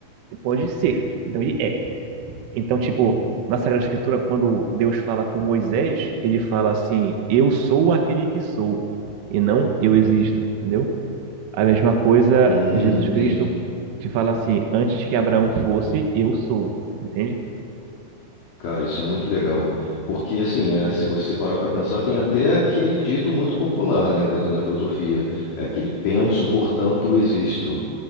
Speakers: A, on the right (about 75°); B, on the left (about 70°).
A: pode ser. Então, ele é. Então, tipo, na Sagrada Escritura, quando Deus fala com Moisés, ele fala assim: Eu sou aquele que sou, e não eu existo, entendeu? A mesma coisa,
B: Hum,
A: Jesus
B: entendi.
A: Cristo, que fala assim: Antes que Abraão fosse, eu sou, entende?
B: Cara, isso é muito legal. Porque, assim, é, se você parar para pensar, tem até aquele dito muito popular, né, dentro da filosofia. É aquele penso, portanto, existo.